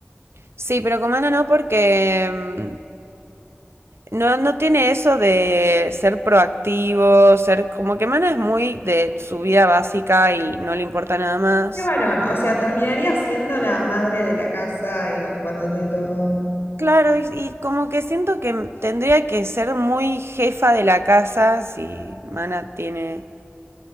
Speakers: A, on the right; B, on the left.
A: Sí, pero con Mana no porque mm, no, no tiene eso de ser proactivo, ser como que Mana es muy de su vida básica y no le importa nada más.
B: Qué varón, o sea, terminaría siendo la madre de la casa y ocupándote de todo.
A: Claro, y, y como que siento que m- tendría que ser muy jefa de la casa si Mana tiene,